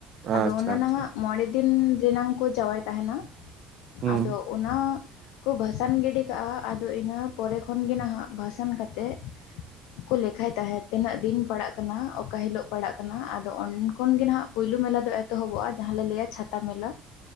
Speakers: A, on the left; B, on the right.
A: ᱟᱫᱚ
B: ᱟᱪᱪᱷᱟ
A: ᱚᱱᱟ
B: ᱟᱪᱪᱷᱟ
A: ᱱᱦᱟᱸᱜ ᱢᱚᱬᱮ ᱫᱤᱱ ᱡᱮ ᱱᱟᱝ ᱠᱚ ᱡᱟᱣᱟᱭ ᱛᱟᱦᱮᱸᱱᱟ
B: ᱦᱩᱸ
A: ᱟᱫᱚ ᱚᱱᱟ ᱦᱚᱸ ᱠᱚ ᱵᱷᱟᱥᱟᱱ ᱜᱤᱰᱤ ᱠᱟᱜᱼᱟᱜ, ᱟᱫᱚ ᱤᱱᱟᱹ ᱯᱚᱨᱮ ᱠᱷᱚᱱ ᱜᱮ ᱱᱦᱟᱸᱜ ᱵᱷᱟᱥᱟᱱ ᱠᱟᱛᱮᱜ ᱠᱚ ᱞᱮᱠᱷᱟᱭ ᱛᱟᱦᱮᱸᱫ ᱛᱤᱱᱟᱹᱜ ᱫᱤᱱ ᱯᱟᱲᱟᱜ ᱠᱟᱱᱟ, ᱚᱠᱟ ᱦᱤᱞᱳᱜ ᱯᱟᱲᱟᱜ ᱠᱟᱱᱟ, ᱟᱫᱚ ᱚᱱᱮᱱ ᱠᱷᱚᱱ ᱜᱮ ᱱᱦᱟᱸᱜ ᱯᱩᱭᱞᱩ ᱢᱮᱞᱟ ᱫᱚ ᱮᱛᱚᱦᱚᱵᱚᱜᱼᱟ ᱡᱟᱦᱟᱸ ᱞᱮ ᱞᱟᱹᱭᱼᱟ ᱪᱷᱟᱛᱟ ᱢᱮᱞᱟ᱾